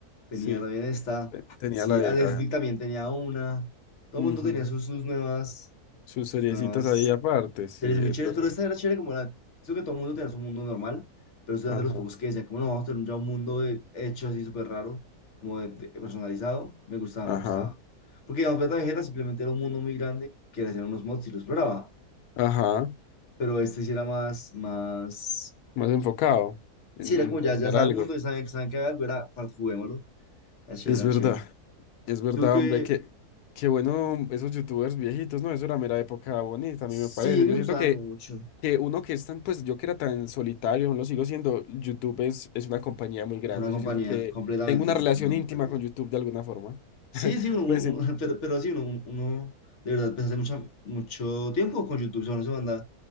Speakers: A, on the left; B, on the left.
A: tenía
B: Sí.
A: también esta,
B: Te- Tenía
A: sí,
B: la de...
A: Alex
B: ah,
A: Vic también tenía una, todo
B: ujú.
A: el mundo tenía sus, sus nuevas,
B: Sus
A: sus
B: seriecitas
A: nuevas
B: ahí aparte, sí,
A: series muy
B: es
A: chéveres,
B: verdad.
A: pero esta era chévere como la, creo que todo el mundo tenía su mundo normal, pero estoy
B: Ajá.
A: de los pocos que decían, como no, vamos a tener un- ya un mundo de- hecho así súper raro, como de- de- personalizado, me gustaba,
B: Ajá.
A: me gustaba. Porque digamos, Planeta Vegeta simplemente era un mundo muy grande que le hacían unos mods y lo exploraba,
B: Ajá,
A: pero este sí era más, más,
B: más enfocado en,
A: sí era
B: en
A: como
B: terminar
A: ya, ya sabe
B: algo.
A: el mundo, ya saben, saben que hay algo, era, para juguémoslo, era chévere,
B: Es verdad,
A: era chévere.
B: es verdad,
A: Tú que,
B: hombre, que qué bueno esos youtubers viejitos, ¿no? Eso era mera época bonita, a
A: sí,
B: mí me parece. Yo
A: me
B: siento
A: gustaban
B: que,
A: mucho,
B: que uno que es tan, pues yo que era tan solitario, aún lo sigo siendo, YouTube es, es una compañía muy grande.
A: es una compañía,
B: Yo siento que
A: completamente,
B: tengo una
A: YouTube
B: relación
A: es una compañía.
B: íntima con YouTube de alguna forma.
A: Sí,
B: <laughs>
A: sí, uno, uno-
B: Pues,
A: uno-
B: en-
A: <laughs> pero, pero sí, uno, uno de verdad, pues hace mucho, mucho tiempo con YouTube, o sea, uno se manda